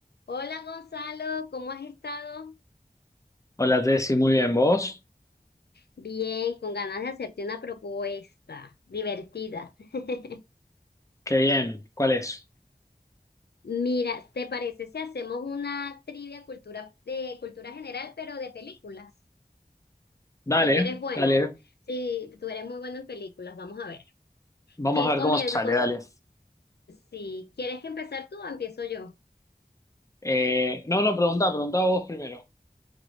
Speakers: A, on the left; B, on the left.
A: Hola Gonzalo, ¿cómo has estado?
B: Hola Jessy, muy bien. ¿Vos?
A: Bien, con ganas de hacerte una propuesta divertida. <laughs>
B: Qué bien. ¿Cuál es?
A: Mira, ¿te parece si hacemos una trivia cultura, de cultura general, pero de películas?
B: Dale,
A: Tú que eres bueno.
B: dale.
A: Sí, tú eres muy bueno en películas, vamos a ver.
B: Vamos
A: ¿Quién
B: a ver
A: comienza
B: cómo sale,
A: con...
B: dale.
A: Si quieres que empezar tú o empiezo yo?
B: Eh, no, no, pregunta, pregunta vos primero.